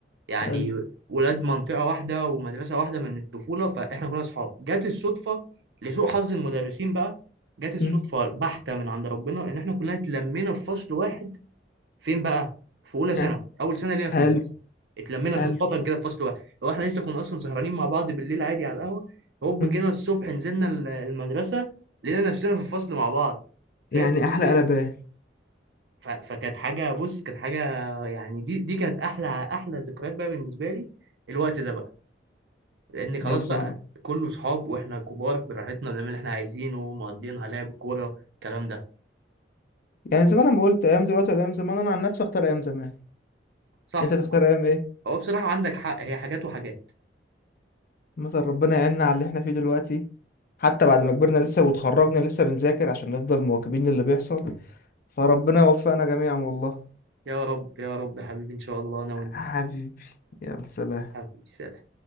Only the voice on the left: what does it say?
حلو
مم.
ها
حلو
حلو
مم.
يعني
احلى قلبان
يا بصراحه
يعني زي ما انا ما قلت ايام دلوقتي ولا ايام زمان انا عن نفسي اختار ايام زمان
انت تختار ايام ايه
مثلا ربنا يعيننا على اللي احنا فيه دلوقتي حتى بعد ما كبرنا لسه وتخرجنا لسه بنذاكر عشان نفضل مواكبين للي بيحصل فربنا يوفقنا جميعا والله
حبيبي يا سلام